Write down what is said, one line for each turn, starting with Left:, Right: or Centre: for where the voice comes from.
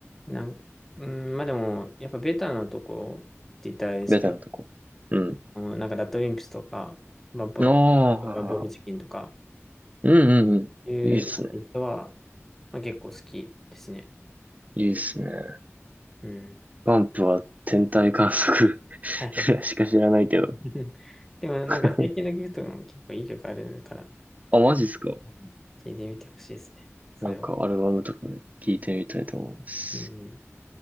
Centre: なん、うん、まあでも、やっぱベタなとこって言ったらあれですけど
Right: ベタなとこ。うん。
Centre: うん、なんかラッドウィンプスとか、バンプ、
Right: ああ、はいは
Centre: バンプオブチキンとか、
Right: い。うんうんうん。
Centre: いうアーティストは、
Right: いいっすね。
Centre: まあ、結構好きですね。
Right: いいっすね。
Centre: うん。
Right: バンプは天体観測 <laughs>
Centre: はいはいはい。
Right: しか知らないけど。
Centre: <laughs> でもなんか最近の曲とかも結構いい曲あるから、
Right: <laughs> あ、マジっすか
Centre: うん聞いてみてほしいですね。それは。
Right: なんかアルバムとかで聞いてみたいと思います。
Centre: うん。